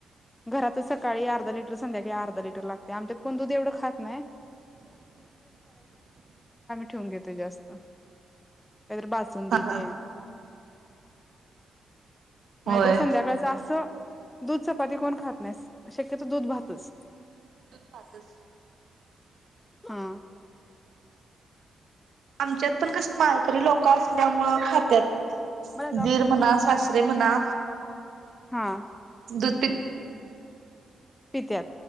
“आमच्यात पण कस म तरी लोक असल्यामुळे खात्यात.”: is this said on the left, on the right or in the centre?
Right